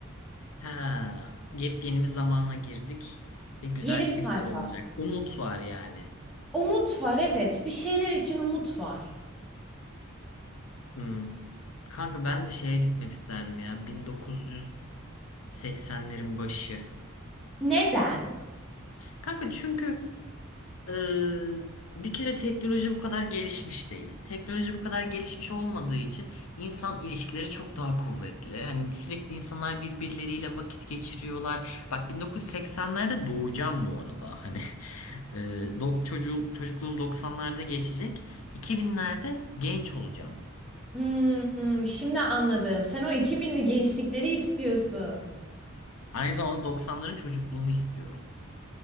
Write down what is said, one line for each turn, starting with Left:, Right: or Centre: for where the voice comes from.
Left: Ha, yepyeni bir zamana girdik ve güzel
Centre: Yeni bir sayfa.
Left: şeyler olacak. Umut var yani.
Centre: Umut var evet. Bir şeyler için umut var.
Left: Hmm. Kanka ben de şeye gitmek isterdim ya 1980'lerin başı.
Centre: Neden?
Left: Kanka çünkü e, bir kere teknoloji bu kadar gelişmiş değil. Teknoloji bu kadar gelişmiş olmadığı için insan ilişkileri çok daha kuvvetli. Hani sürekli insanlar birbirleriyle vakit geçiriyorlar. Bak 1980'lerde doğacağım bu arada. Hani <laughs> e, dok- çocuğum, çocukluğum 90'larda geçecek. 2000'lerde genç olacağım.
Centre: Hmm, şimdi anladım. Sen o 2000'li gençlikleri istiyorsun.
Left: Aynı zamanda 90'ların çocukluğunu istiyorum.